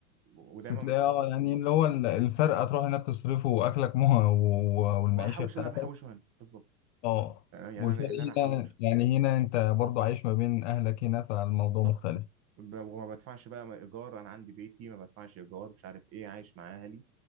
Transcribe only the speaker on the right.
ودايما
ما تتحسبش
بالمصري
وهحوش
اللي انا بحوشه هنا بالظبط
تمام؟ يعني
انا اللي انا هحوشه
بالظبط
ب- وما بدفعش بقى ايجار انا عندي بيتي ما بدفعش ايجار مش عارف ايه عايش مع اهلي